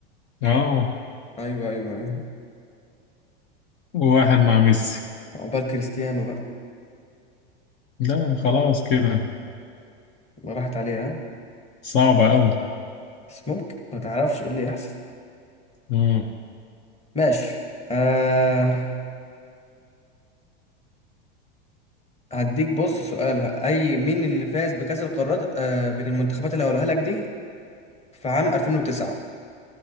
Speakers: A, on the left; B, on the left.
A: آه
B: ايوه ايوه ايوه
A: وواحد مع ميسي
B: عقبال كريستيانو بقى
A: لا خلاص كده
B: ما راحت عليها
A: صعبة أوي
B: بس ممكن ما تعرفش ايه اللي يحصل
A: مم.
B: ماشي أه هديك بص سؤال اي مين اللي فاز بكأس القارات أه من المنتخبات اللي هقولها لك دي في عام 2009